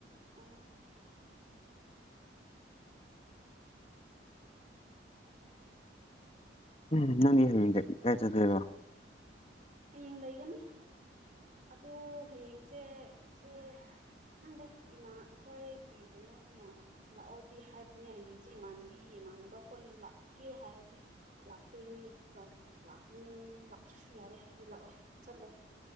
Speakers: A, on the right; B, on the left.
A: ꯑꯣ
B: ꯎꯝ ꯅꯪ ꯍꯌꯦꯡ ꯀꯥꯏ ꯆꯠꯗꯣꯏꯕ
A: ꯑꯝ ꯍꯌꯦꯡ ꯂꯩꯒꯅꯤ ꯑꯗꯣ ꯍꯌꯦꯡꯁꯦ ꯁꯦ ꯈꯪꯗꯦ ꯏꯃꯥ ꯑꯩꯈꯣꯏꯒꯤ ꯀꯩꯅꯣꯗꯨꯅ ꯂꯥꯛꯑꯣꯗꯤ ꯍꯥꯏꯕꯅꯦ ꯍꯌꯦꯡꯁꯦ ꯏꯃꯥꯟꯅꯕꯤ ꯏꯃꯥꯟꯅꯕ ꯑꯩꯈꯣꯏꯅ ꯂꯥꯛꯀꯦ ꯍꯥꯏꯔꯗꯤ ꯂꯥꯛꯇꯣꯏꯅꯤ ꯑꯗꯨꯒ ꯂꯥꯛꯒꯅ ꯂꯥꯛꯇ꯭ꯔꯁꯨ ꯌꯥꯔꯦ ꯍꯥꯏꯗꯤ ꯂꯥꯛꯑꯣꯏ ꯆꯠꯂꯣꯏ